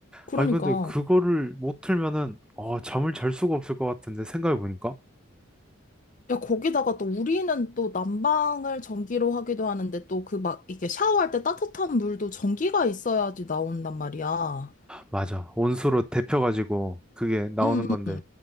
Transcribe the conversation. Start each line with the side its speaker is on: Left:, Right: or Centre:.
Left: 그러니까.
Centre: 아니, 근데 그거를 못 틀면은, 어, 잠을 잘 수가 없을 것 같은데, 생각해보니까.
Left: 야, 거기다가 또 우리는 또 난방을 전기로 하기도 하는데 또 그 막 이게 샤워할 때 따뜻한 물도 전기가 있어야지 나온단 말이야.
Centre: 맞아. 온수로 데펴가지고 그게 나오는
Left: 응,
Centre: 건데
Left: 응.